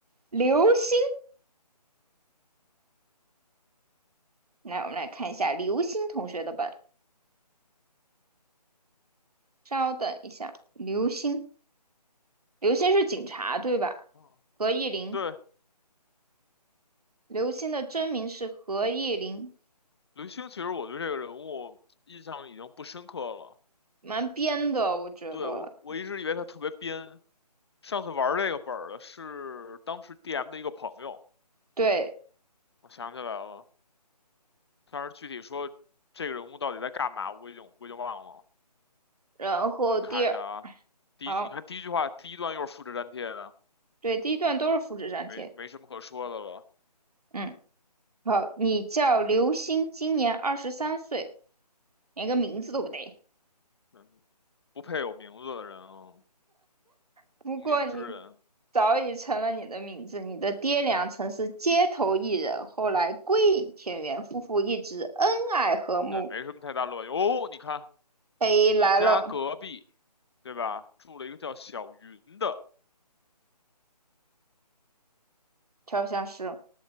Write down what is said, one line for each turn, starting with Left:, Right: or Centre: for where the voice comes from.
Right: 刘星。来，我们来看一下刘星同学的本。稍等一下，刘星，刘星是警察对吧？
Left: 哦，
Right: 何意林，
Left: 对，
Right: 刘星的真名是何意林，
Left: 刘星，其实我对这个人物印象已经不深刻了。
Right: 蛮编的，我觉得。
Left: 对，我，我一直以为他特别编。上次玩这个本儿的是当时 DM 的一个朋友，
Right: 对，
Left: 我想起来了。但是具体说这个人物到底在干嘛，我已经我已经忘了。
Right: 然后第二，
Left: 咱们看一下啊，第一句你看第一句话，
Right: 好，
Left: 第一段又是复制粘贴的，
Right: 对，第一段都是复制粘贴。
Left: 没没什么可说的了。
Right: 嗯，好，你叫刘星，今年二十三岁，连个名字都不对，
Left: 嗯，不配有名字的人啊，
Right: 不过你
Left: 无名之人，
Right: 早已成了你的名字。你的爹娘曾是街头艺人，后来归隐田园，夫妇一直恩爱和睦。
Left: 这也没什么太大卵用。哦，你看。
Right: 北来了，
Left: 你家隔壁，对吧？住了一个叫小云的，
Right: 调香师。